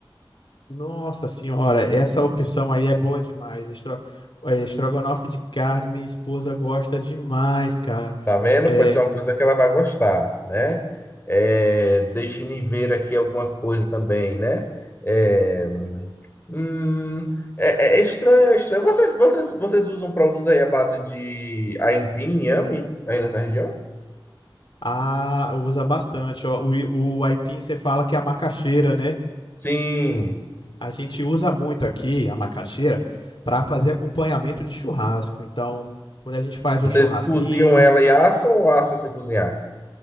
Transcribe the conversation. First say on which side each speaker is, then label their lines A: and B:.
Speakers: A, on the left; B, on the left.
A: Nossa Senhora, essa opção aí é boa demais. Estro... eh, Estrogonofe de carne, minha esposa gosta demais, cara.
B: Tá vendo?
A: É,
B: Pode ser uma coisa que ela vai gostar, né? É, deixe-me ver aqui alguma coisa também, né? É, Hum, é, é é estranho, é estranho. Vocês, vocês, vocês usam produtos aí à base de aipim, inhame, aí nessa região?
A: Ah, usa bastante. Ó, o, i- o aipim você fala que é a macaxeira, né?
B: Sim.
A: A gente usa muito aqui a macaxeira para fazer acompanhamento de churrasco. Então, quando a gente faz
B: Vocês
A: um churrasquinho,
B: Mas, cozinham ela e assam ou assam sem cozinhar?